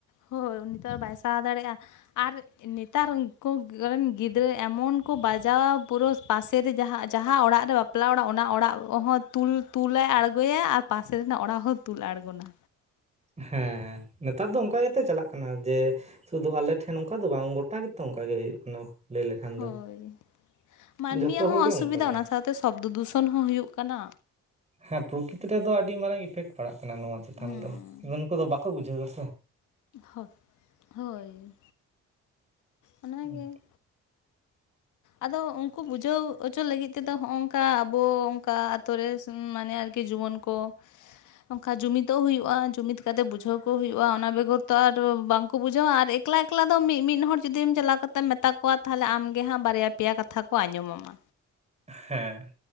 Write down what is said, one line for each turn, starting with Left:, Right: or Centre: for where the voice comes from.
Left: ᱦᱳᱭ ᱩᱱᱤᱛᱚ ᱟᱨ ᱵᱟᱭ ᱥᱟᱦᱟᱣ ᱫᱟᱲᱮᱭᱟᱜᱼᱟ ᱟᱨ ᱱᱮᱛᱟᱨ ᱩᱱᱠᱩ ᱨᱮᱱ ᱜᱤᱫᱽᱨᱟᱹ ᱮᱢᱚᱱ ᱠᱚ ᱵᱟᱡᱟᱣᱼᱟ ᱯᱩᱨᱟᱹ ᱯᱟᱥᱮᱨᱮ ᱡᱟᱦᱟᱸ ᱡᱟᱦᱟᱸ ᱚᱲᱟᱜ ᱨᱮ ᱵᱟᱯᱞᱟ ᱵᱟᱯᱞᱟ ᱚᱲᱟᱜ ᱚᱱᱟ ᱚᱲᱟᱜ ᱦᱚᱸ ᱛᱩᱞ ᱛᱩᱞᱟᱭ ᱟᱬᱜᱚᱭᱟ ᱟᱨ ᱯᱟᱥᱮ ᱨᱮᱱᱟᱜ ᱚᱲᱟᱜ ᱦᱚᱸ ᱛᱩᱞ ᱟᱬᱜᱚᱱᱟ
Right: ᱦᱮᱸ ᱱᱮᱛᱟᱨ ᱫᱚ ᱚᱱᱠᱟ ᱜᱮᱛᱚ ᱪᱟᱞᱟᱜ ᱠᱟᱱᱟ ᱡᱮ ᱥᱩᱫᱷᱩ ᱟᱞᱮᱴᱷᱮᱱ ᱚᱱᱠᱟ ᱫᱚ ᱵᱟᱝ ᱜᱚᱴᱟ ᱜᱮᱛᱚ ᱚᱱᱠᱟ ᱜᱮ ᱦᱩᱭᱩᱜ ᱠᱟᱱᱟ ᱞᱟᱹᱭ ᱞᱮᱠᱷᱟᱱ ᱫᱚ
Left: ᱦᱳᱭ ᱢᱟᱹᱱᱢᱤᱭᱟᱜ
Right: ᱡᱚᱛᱚ ᱦᱚᱲ
Left: ᱦᱚᱸ
Right: ᱜᱮ ᱚᱱᱠᱟ
Left: ᱚᱥᱩᱵᱤᱫᱟ
Right: ᱜᱮ
Left: ᱚᱱᱟ ᱥᱟᱶᱛᱮ ᱥᱚᱵᱽᱫᱚ ᱫᱩᱥᱚᱱ ᱦᱚᱸ ᱦᱩᱭᱩᱜ ᱠᱟᱱᱟ
Right: ᱦᱮᱸ ᱯᱨᱚᱠᱤᱛᱤ ᱨᱮᱫᱚ ᱟᱹᱰᱤ ᱢᱟᱨᱟᱝ ᱤᱯᱷᱮᱠᱴ ᱯᱟᱲᱟᱜ ᱠᱟᱱᱟ ᱱᱚᱣᱟ ᱪᱮᱛᱟᱱ
Left: ᱦᱮᱸ
Right: ᱫᱚ ᱩᱱᱠᱩ ᱫᱚ ᱵᱟᱠᱚ ᱵᱩᱡᱷᱟᱹᱣ ᱮᱫᱟ ᱥᱮ
Left: ᱦᱳᱭ ᱦᱳᱭ ᱚᱱᱟᱜᱮ
Right: ᱦᱩᱸ
Left: ᱟᱫᱚ ᱩᱱᱠᱩ ᱵᱩᱡᱷᱟᱹᱣ ᱦᱚᱪᱚ ᱞᱟᱹᱜᱤᱫ ᱛᱮᱫᱚ ᱦᱚᱜ-ᱚᱱᱚᱝᱠᱟ ᱟᱵᱚ ᱚᱱᱠᱟ ᱟᱛᱳ ᱨᱮ ᱢᱟᱱᱮ ᱟᱨᱠᱤ ᱡᱩᱣᱟᱹᱱ ᱠᱚ ᱚᱱᱠᱟ ᱡᱩᱢᱤᱫᱚᱜ ᱦᱩᱭᱩᱜᱼᱟ ᱡᱩᱢᱤᱫ ᱠᱟᱛᱮ ᱵᱩᱡᱷᱟᱹᱣ ᱠᱚ ᱦᱩᱭᱩᱜᱼᱟ ᱚᱱᱟ ᱵᱮᱜᱚᱨ ᱛᱚ ᱟᱨ ᱵᱟᱝᱠᱚ ᱵᱩᱡᱷᱟᱹᱣᱼᱟ ᱟᱨ ᱮᱠᱞᱟ ᱮᱠᱞᱟ ᱫᱚ ᱢᱤᱫ ᱢᱤᱫ ᱦᱚᱲ ᱡᱩᱫᱤᱢ ᱪᱟᱞᱟᱣ ᱠᱟᱛᱮᱢ ᱢᱮᱛᱟ ᱠᱚᱣᱟ ᱛᱟᱦᱚᱞᱮ ᱟᱢᱜᱮ ᱦᱟᱸᱜ ᱵᱟᱨᱭᱟ ᱯᱮᱭᱟ ᱠᱟᱛᱷᱟ ᱠᱚ ᱟᱸᱡᱚᱢᱟᱢᱟ
Right: ᱦᱮᱸ